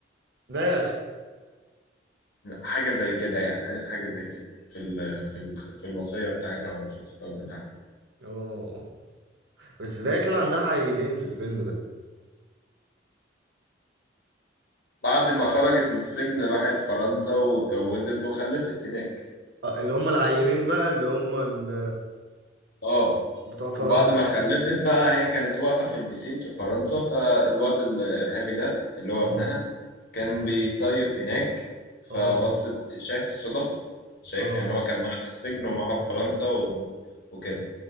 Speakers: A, on the right; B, on the left.
A: ده يا اخي
B: حاجه زي كده يعني قالت حاجه زي كده في ال... في ال... في الوصيه بتاعتها ولا في الخطاب بتاعها
A: اه بس ده كان عندها عيلين في الفيلم ده
B: بعد ما خرجت من السجن راحت فرنسا واتجوزت وخلفت هناك
A: آه، اللي هم العيلين بقى اللي هم ال...
B: اه
A: بتوع فرنسا
B: وبعد ما خلفت بقى هي كانت واقفه في البسين في فرنسا فالواد الارهابي ده اللي هو
A: اه
B: ابنها كان
A: اه
B: بيصيف هناك فبصت
A: اه
B: شايف الصدف شايف
A: اه
B: يعني هو كان معاها في السجن ومعاها في فرنسا و... وكده